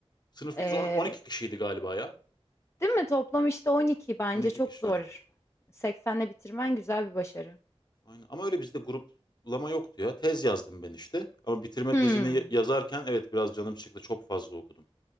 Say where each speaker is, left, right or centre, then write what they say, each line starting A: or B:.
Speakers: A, on the left; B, on the left.
A: Sınıfımız
B: Ee,
A: on- 12 kişiydi galiba ya.
B: değil mi? Toplam işte 12 bence
A: 12
B: çok
A: kişiydi.
B: zor. 80'le bitirmen güzel bir başarı.
A: Aynen. Ama öyle bizde gruplama yoktu ya. Tez yazdım ben işte. Ama bitirme
B: Hmm,
A: tezini yazarken evet biraz canım çıktı. Çok fazla okudum.